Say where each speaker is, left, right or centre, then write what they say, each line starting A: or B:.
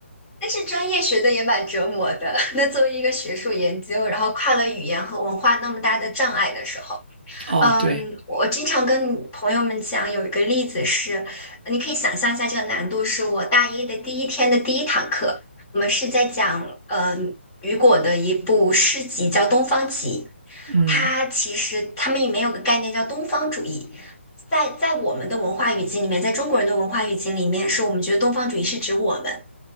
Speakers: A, on the left; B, on the right.
A: 但是专业学的也蛮折磨的。<laughs> 那作为一个学术研究，然后跨了语言和文化那么大的障碍的时候。
B: 哦，
A: 嗯，
B: 对，
A: 我经常跟朋友们讲，有一个例子是，你可以想象一下这个难度，是我大一的第一天的第一堂课，我们是在讲，嗯，雨果的一部诗集叫《东方集》，
B: 嗯
A: 它其实他们里面有个概念叫东方主义，在在我们的文化语境里面，在中国人的文化语境里面，是我们觉得东方主义是指我们。